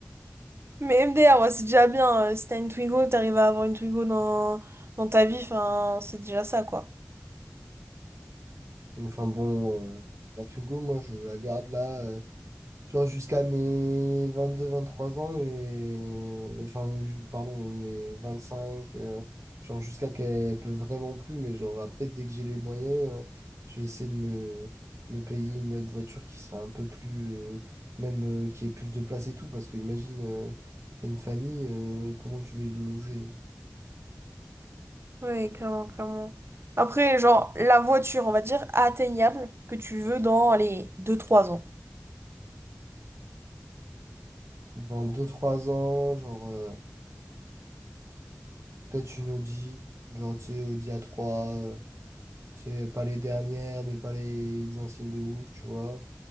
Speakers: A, on the right; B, on the right.
A: Mais MDR, ouais, c'est déjà bien. euh, Si t'as une Twigo, t'arrives à avoir une Twigo dans, dans ta vie, enfin, c'est déjà ça, quoi.
B: Enfin bon, euh, la Twingo, moi, je la garde là. euh, Genre jusqu'à mes vingt deux vingt trois ans, mais... Enfin, ju- pardon, mes 25, euh, genre jusqu'à qu'elle peut vraiment plus, mais genre après, dès que j'ai les moyens, euh, je vais essayer de me, me payer une autre voiture qui sera un peu plus... euh, même euh, qui ait plus de place et tout, parce que imagine, euh, t'as une famille, euh, comment tu vas le loger?
A: Oui, clairement, clairement. Après, genre, la voiture, on va dire, atteignable que tu veux dans les deux trois ans.
B: Dans deux trois ans, genre, euh, peut-être une Audi, genre, tu sais, Audi a trois euh, tu sais, pas les dernières, mais pas les anciennes de ouf, tu vois.